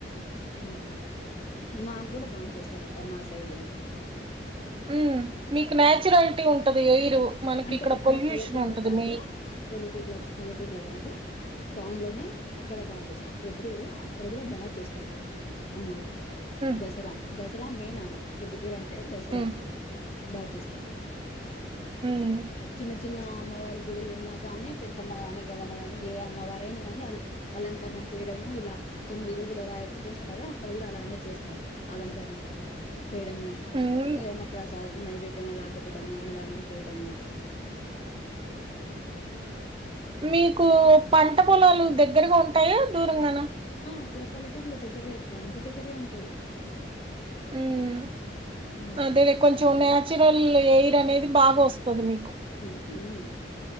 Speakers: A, on the left; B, on the right.
A: ఉ మాకు కూడా బాగా చేసారు అక్క మా సైడు
B: ఉ మీకు నాచురాలిటీ ఉంటది ఎయిరు మనకి
A: అంటే ఇక్కడ
B: పొల్యూషన్
A: పల్లెటూర్ల
B: ఉంటది
A: కాదు
B: మీ
A: పల్లెటూర్ల పల్లెటూర్ల కాదు టౌన్ లో అక్కడ బాగా చేస్తారు పుదు్రూరు అక్కడ కూడా బాగా చేస్తారు అమ్మవారు
B: ఉమ్
A: దసరా దస మెయిన్ ఆడ ప్రొద్దుటూరండి అంటే దసరా
B: ఉమ్
A: బాగ చేస్తారు
B: హమ్
A: చిన్న చిన్న అమ్మవారి గుడులు ఉన్నా గానీ పెద్దమ్మగాని గంగమ్మ ని ఏ అమ్మ వారైనా కాని అలంకరణ చేయడము ఇలా తొమ్మిది రోజులు లేద చేస్తున్నారా అక్కడ కూడా అలానే చేస్తారు అలంకరణ చేయడము
B: ఉమ్
A: ఏదనా ప్లా నైవేద్యం అలా పెట్టడము అన్నదానం చేయడము ప్లా
B: మీకు పంట పొలాలు ది దగ్గరగా ఉంటాయా దూరంగానా
A: అక్కడ పల్లటూరుల దగ్గరే అక్క ఇంటి దగ్గరే ఉంటాయి
B: హమ్
A: ఉమ్,
B: అదే కొంచెం న్యాచురల్ ఈ అనేది బాగా వస్తు మరి మీకు
A: మ్మ